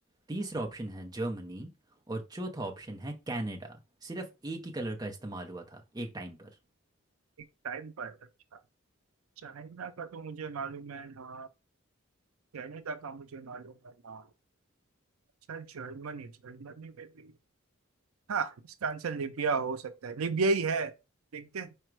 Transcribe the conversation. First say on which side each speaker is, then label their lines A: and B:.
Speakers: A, on the right (about 20°); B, on the right (about 85°).
A: तीसरा ऑप्शन है जर्मनी और चौथा ऑप्शन है कनाडा सिर्फ एक ही कलर का इस्तेमाल हुआ था एक टाइम पर
B: एक टाइम पर अच्छा चाइना का तो मुझे मालूम है ना कनाडा का मुझे मालूम है ना अच्छा जर्मनी जर्मनी में भी हाँ इसका आंसर लीबिया हो सकता है लीबिया ही है देखते हैं